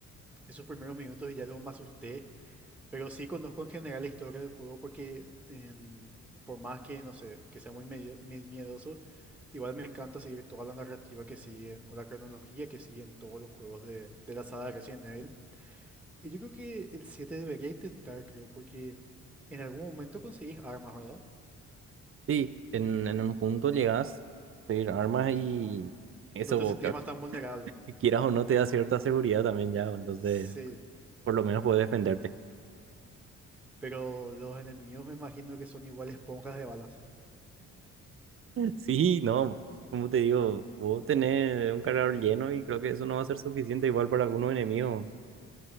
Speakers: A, in the centre; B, on the right.
A: esos primeros minutos y ya luego me asusté. Pero sí conozco en general la historia del juego porque en- por más que, no sé, que sea muy medio- mi- miedoso, igual me encanta seguir toda la narrativa que siguen o la cronología que siguen todos los juegos de, de la saga de Resident Evil. Y yo creo que el siete debería intentar, creo, porque en algún momento conseguís armas, ¿verdad?
B: Sí, en, en un punto llegas a pedir armas y eso,
A: No te sentís
B: ca-
A: más tan vulnerable.
B: que quieras o no, te da cierta seguridad también ya, entonces
A: Sí,
B: por lo menos puedes defenderte. <laughs>
A: pero los enemigos me imagino que son igual esponjas de balas.
B: Sí, no, como te digo, vos tenés un cargador lleno y creo que eso no va a ser suficiente igual para algunos enemigos.